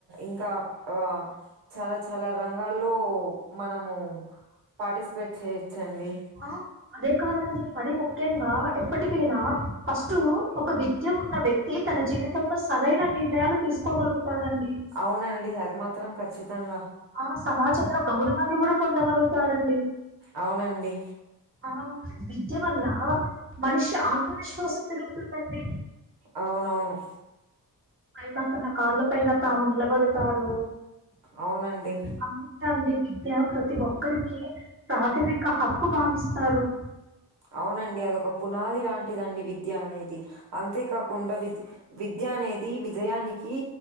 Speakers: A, on the right (about 80°); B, on the right (about 30°).
A: ఇంకా ఆ. చాలా చాలా రంగాల్లో మనము. పార్టిసిపేట్ చేయొచ్చండి.
B: ఆ అదే కాదండి మరి ముఖ్యంగా ఎప్పటికైనా ఫస్టూ ఒక విద్ ద్య ఉన్న వ్యక్తి తన జీవితంలో సరైన నిర్ణయాలు తీసుకోగలుగుతాడండి.
A: అవునండి అది మాత్రం ఖచ్చితంగా
B: ఆ సమాజంలో గౌరవాన్ని గూడా పొందగలుగుతారండి.
A: అవునండి
B: ఆ విద్య వల్ల మనిషి ఆత్మవిశ్వాసం పెరుగుతుందండి
A: అవునవును
B: ఐతే తన కాళ్ల పైన తాము నిలబడతారు
A: అవునండి
B: అందుకే అండి విద్య ప్రతి ఒక్కరికి ప్రాథమిక హక్కు భావిస్తారు
A: అవునండి అదొక పునాది లాంటిదండి విద్య అనేది అంతేకాకుండా విద్య విద్య అనేది విజయానికి